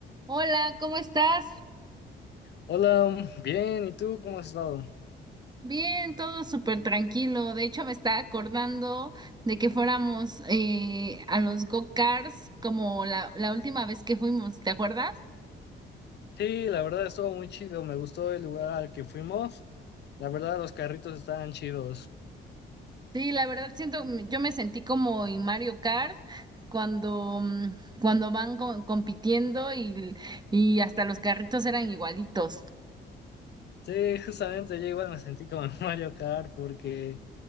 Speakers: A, on the right; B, on the left.
A: Hola, ¿cómo estás?
B: Hola, bien, ¿y tú cómo has estado?
A: Bien, todo súper tranquilo. De hecho, me estaba acordando de que fuéramos eh, a los go-karts como la, la última vez que fuimos, ¿te acuerdas?
B: Sí, la verdad estuvo muy chido, me gustó el lugar al que fuimos, la verdad los carritos estaban chidos.
A: Sí, la verdad siento, yo me sentí como en Mario Kart cuando, mm, cuando van co- compitiendo y, y hasta los carritos eran igualitos.
B: Sí, justamente yo igual me sentí como en <laughs> Mario Kart porque